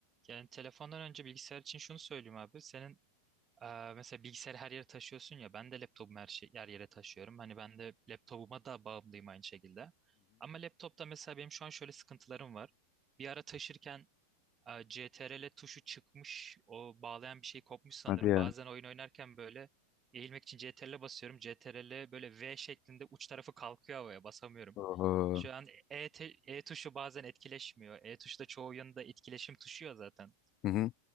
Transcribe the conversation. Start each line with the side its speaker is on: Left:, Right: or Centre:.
Right: yani telefondan önce bilgisayar için şunu söyleyeyim abi. Senin eee, mesela bilgisayarı her yere taşıyorsun ya. Ben de laptopumu her şey her yere taşıyorum. Hani ben de laptopuma da bağımlıyım aynı şekilde. Ama laptopta mesela benim şu an şöyle sıkıntılarım var. Bir ara taşırken eee, CTRL tuşu çıkmış. O bağlayan bir şey kopmuş sanırım.
Left: Hadi ya.
Right: Bazen oyun oynarken böyle eğilmek için CTRL basıyorum. CTRL böyle V şeklinde uç tarafı kalkıyor havaya basamıyorum.
Left: Oho.
Right: Şu an E, te- E tuşu bazen etkileşmiyor. E tuşu da çoğu oyunda etkileşim tuşu ya zaten.
Left: Hı hı.